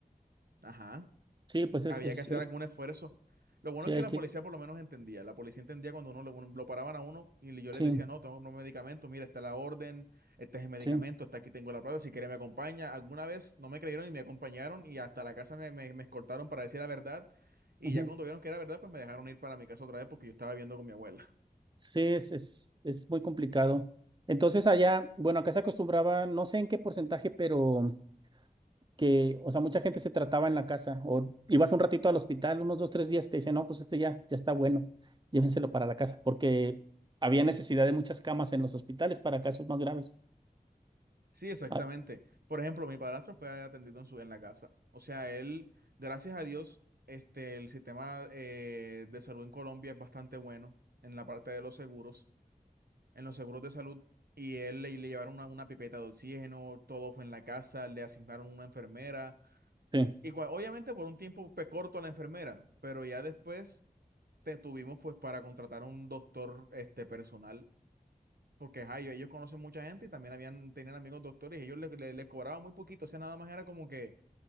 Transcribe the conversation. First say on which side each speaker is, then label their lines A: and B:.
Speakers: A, on the right; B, on the right.
A: ajá.
B: sí, pues
A: había
B: es, es,
A: que hacer
B: eh,
A: algún esfuerzo. Lo bueno
B: sí
A: es
B: hay
A: que la
B: que,
A: policía por lo menos entendía. La policía entendía cuando uno, le- uno- lo paraban a uno y yo les
B: sí,
A: decía, no, tengo que comprar un medicamento, mira, está la orden, este es el medicamento,
B: sí.
A: está aquí tengo la plata, si quiere me acompaña. Alguna vez no me creyeron y me acompañaron y hasta la casa me, me, me escoltaron para decir la verdad. Y
B: ujú.
A: ya cuando vieron que era verdad, pues me dejaron ir para mi casa otra vez porque yo estaba viviendo con mi abuela.
B: Sí, es, es, es muy complicado. Entonces allá, bueno, acá se acostumbraba, no sé en qué porcentaje, pero que, o sea, mucha gente se trataba en la casa o ibas un ratito al hospital, unos dos, tres días, y te decían, no, pues este ya, ya está bueno, llévenselo para la casa, porque había necesidad de muchas camas en los hospitales para casos más graves.
A: Sí, exactamente.
B: Ah,
A: Por ejemplo, mi padrastro fue atendido en su, en la casa. O sea, él, gracias a Dios, este, el sistema eh, de salud en Colombia es bastante bueno en la parte de los seguros, en los seguros de salud. Y él le, le llevaron una, una pipeta de oxígeno, todo fue en la casa, le asignaron una enfermera.
B: sí,
A: Y cua- obviamente por un tiempo fue corto a la enfermera, pero ya después te tuvimos pues para contratar un doctor este, personal porque ajá, ellos ellos conocen mucha gente y también habían, tenían amigos doctores y ellos les, les, les cobraban muy poquito, o sea, nada más era como que